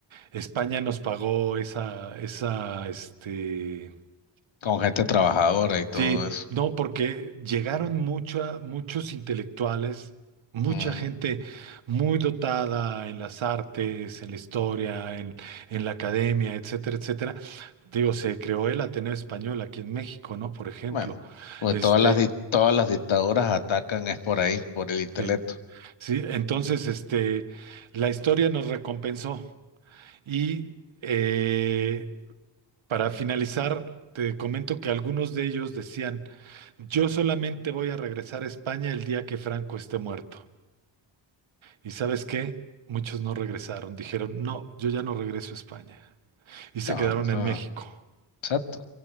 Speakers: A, on the right; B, on the left.
A: España nos pagó esa, esa, este,
B: Con gente trabajadora y todo
A: sí,
B: eso.
A: no, porque llegaron mucha- muchos intelectuales, mucha
B: Mm.
A: gente muy dotada en las artes, en la historia, en, en la academia, etcétera, etcétera Digo, se creó el Ateneo Español aquí en México, ¿no? Por ejemplo,
B: Bueno, pues
A: este,
B: todas las, di- todas las dictaduras atacan es por ahí, por el intelecto.
A: sí, sí, entonces, este, la historia nos recompensó. Y eh, para finalizar, te comento que algunos de ellos decían, yo solamente voy a regresar a España el día que Franco esté muerto. ¿Y sabes qué? Muchos no regresaron, dijeron, no, yo ya no regreso a España. Y
B: No,
A: se quedaron
B: o sea,
A: en México,
B: exacto.